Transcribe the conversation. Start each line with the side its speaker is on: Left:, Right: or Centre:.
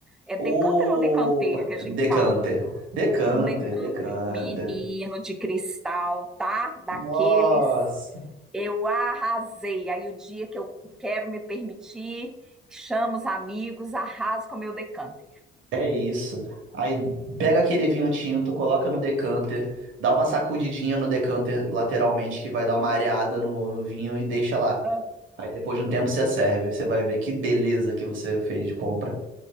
Centre: É decanter
Right: Opa,
Centre: ou decanter que a gente
Right: decanter,
Centre: fala?
Right: decanter,
Centre: Um decanter,
Right: decanter.
Centre: menino de cristal, tá? Daqueles.
Right: Nossa,
Centre: Eu arrasei. Aí o dia que eu quero me permitir, chamo os amigos, arraso com o meu decanter.
Right: é isso. Aí pega aquele vinho tinto, coloca no decanter, dá uma sacudidinha no decanter lateralmente, que vai dar uma areada no, no vinho e deixa lá.
Centre: Ah,
Right: Aí depois de um tempo você serve. Você vai ver que beleza que você fez de compra.